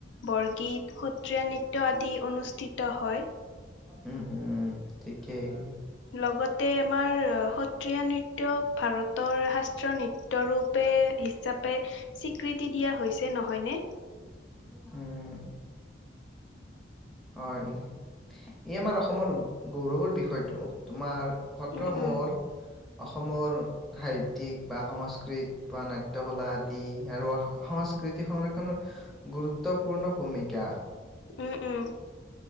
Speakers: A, on the left; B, in the centre.
A: বৰগীত, সত্ৰীয়া নৃত্য আদি অনুষ্ঠিত হয়।
B: উম উম ঠিকেই
A: লগত তে আমাৰ সত্ৰীয়া নৃত্যও ভাৰতৰ শাস ত্ৰ নৃত্যৰূপে হিচাপ পে স্বীকৃতি দিয়া হৈছে, নহয়নে?
B: উম। হয়, এই আমাৰ অসমৰ গৌৰৱৰ বিষয়টো তোমাৰ সত্ৰসমূৰ
A: উম উম
B: অসমৰ সাহিত্যিক বা সংস্কৃত, বা নাট্যকলা আদি, আৰু সংস্কৃতি সংৰক্ষণত গুৰুত্বপূৰ্ণ ভূমিকা
A: উম উম